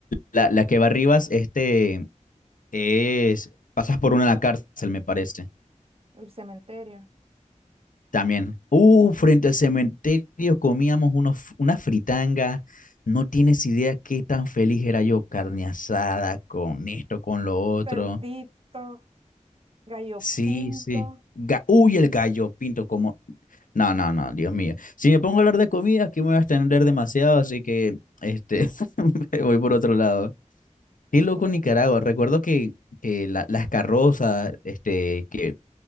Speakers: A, on the left; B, on the right.
A: La, la que va arriba, este, es, pasas por una a la cárcel, me parece.
B: El cementerio.
A: También. Uh, frente al cementerio comíamos unos, f- una fritanga. No tienes idea qué tan feliz era yo, carne asada, con esto, con lo otro.
B: Cerdito, Gallo
A: Sí,
B: Pinto.
A: sí. Ga- Uy, el gallo pinto como... No, no, no, Dios mío. Si me pongo a hablar de comida, aquí me voy a extender demasiado, así que este, <laughs> me voy por otro lado. Qué loco
B: Sí,
A: Nicaragua. Recuerdo que, que la- las carrozas este, que